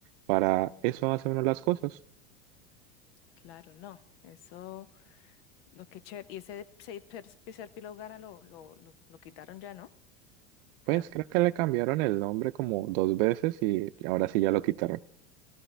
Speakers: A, on the right (about 65°); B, on the left (about 70°).
A: para eso hace uno las cosas.
B: Claro, no. Eso, lo que chévere. Y ese Ser Píleo Gana lo, lo, lo, lo quitaron ya, ¿no? Creo.
A: Pues creo que le cambiaron el nombre como dos veces y ahora sí ya lo quitaron.